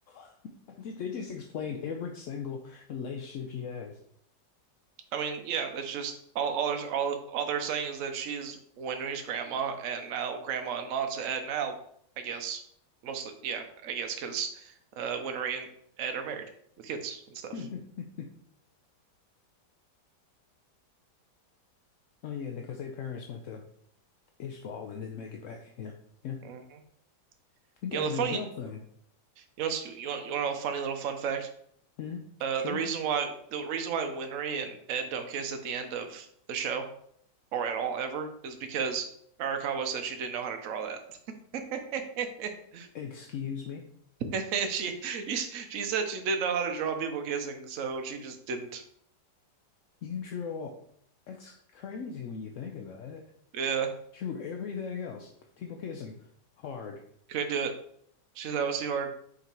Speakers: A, on the left; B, on the right.
A: <laughs> they just explained every single relationship she has.
B: I mean, yeah, it's just all all they're, all, all they're saying is that she is Winry's grandma, and now grandma and Lot's of Ed now, I guess. Mostly, yeah, I guess because uh, Winry and Ed are married with kids and stuff.
A: <laughs> Oh yeah, because their parents went to Ishval and didn't make it back. Yeah, yeah.
B: hmm
A: We gotta
B: You know the
A: go
B: funny,
A: help
B: you
A: them.
B: know, what's- you want you want to know a funny little fun fact?
A: Hmm.
B: Uh,
A: Sure.
B: the reason why the reason why Winry and Ed don't kiss at the end of the show or at all ever is because Arakawa said she didn't know how to draw that. <laughs>
A: Excuse me.
B: <laughs> She she said she didn't know how to draw people kissing, so she just didn't.
A: You draw. That's crazy when you think about it.
B: Yeah,
A: Drew everything else. People kissing hard.
B: couldn't do it. She thought it was too hard.